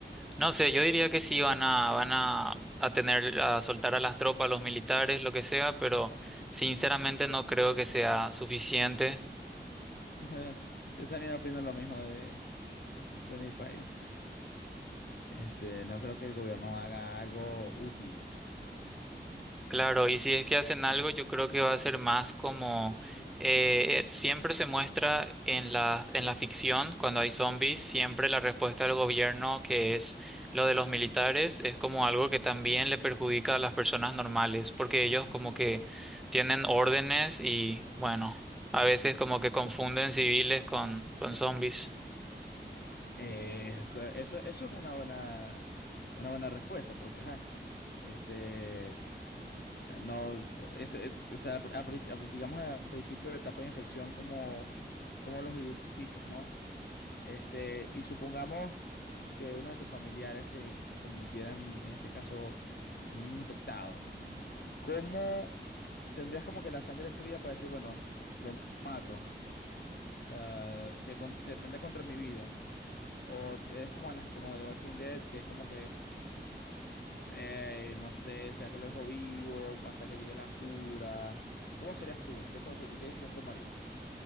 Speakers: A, in the centre; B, on the left.
A: No sé, yo diría que sí van a, van a, a tener, a soltar a las tropas, a los militares, lo que sea, pero sinceramente no creo que sea suficiente
B: <laughs> Yo también opino lo mismo de, de mi país. Este, no creo que el gobierno haga algo útil.
A: Claro, y si es que hacen algo, yo creo que va a ser más como eh, siempre se muestra en la, en la ficción, cuando hay zombies, siempre la respuesta del gobierno, que es lo de los militares, es como algo que también le perjudica a las personas normales, porque ellos
B: Ujú.
A: como que tienen órdenes y bueno, a veces como que confunden civiles con, con zombies.
B: Eh, cu- eso, eso es una buena, una buena respuesta, porque, ajá, este, no, co- es- es- o sea, al pri- al princi- al- digamos al principio de la etapa de infección, ¿cómo, cómo los identificas, no? Este, y supongamos que uno de tus familiares se convirtiera en, este caso en un infectado. ¿Cómo tendrías como que la sangre fría para decir, bueno, lo mato? O sea, se, con- se atenta contra mi vida. O t- es como en las, como The Walking Dead, que es como que, eh, no sé, sea que lo dejo vivo hasta que llegue la cura. ¿Cómo serías tú? ¿Qué, to- qué decisión tomarías?